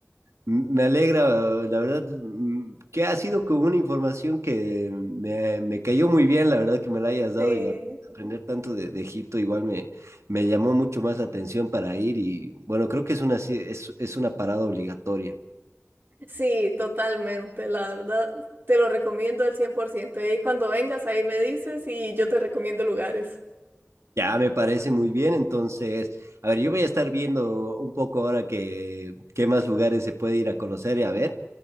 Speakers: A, on the right; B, on the right.
A: M- Me alegra, la verdad, mm, que ha sido como una información que me, me cayó muy bien, la verdad que me la hayas dado
B: Sí,
A: y la, aprender tanto de, de Egipto igual me, me llamó mucho más la atención para ir y bueno, creo que es una, ci- es, es una parada obligatoria.
B: sí, totalmente, la verdad, te lo recomiendo al 100%. Y cuando vengas ahí me dices y yo te recomiendo lugares.
A: Ya me parece muy bien, entonces, a ver, yo voy a estar viendo un poco ahora que qué más lugares se puede ir a conocer y a ver,